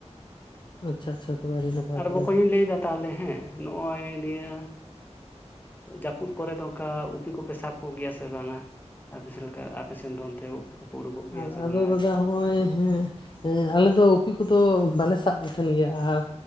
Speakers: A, on the left (about 40°); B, on the left (about 15°).
A: ᱟᱪᱪᱷᱟ ᱟᱪᱪᱷᱟ ᱛᱚᱵᱮ ᱟᱹᱰᱤ ᱱᱟᱯᱟᱭ
B: ᱟᱨ
A: ᱛᱚᱵᱮ
B: ᱵᱚᱠᱚᱧ ᱤᱧ ᱞᱟᱹᱭᱫᱟ ᱛᱟᱦᱞᱮ ᱦᱮᱸ ᱱᱚᱜ-ᱚᱭ ᱱᱤᱭᱟᱹ ᱡᱟᱹᱯᱩᱫ ᱠᱚᱨᱮ ᱫᱚ ᱚᱱᱠᱟ ᱩᱯᱤ ᱠᱚᱯᱮ ᱥᱟᱵ ᱠᱚᱜᱮᱭᱟ ᱥᱮ ᱵᱟᱝᱟ ᱟᱨ ᱵᱮᱥ ᱞᱮᱠᱟ? ᱥᱮᱱ ᱫᱚᱱ ᱚᱱᱛᱮ ᱠᱚᱠᱚ ᱩᱰᱩᱠᱚᱜ ᱜᱮᱭᱟ
A: ᱟ
B: ᱥᱮ ᱵᱟᱝᱟ?
A: ᱟᱫᱚ ᱫᱟᱫᱟ ᱦᱚᱸᱜ-ᱚᱭ ᱦᱮᱸ ᱦᱮᱸ ᱟᱞᱮ ᱫᱚ ᱩᱯᱤ ᱠᱚᱫᱚ ᱵᱟᱞᱮ ᱥᱟᱵ ᱠᱚ ᱛᱟᱦᱮᱱ ᱜᱮᱭᱟ᱾ ᱟᱨ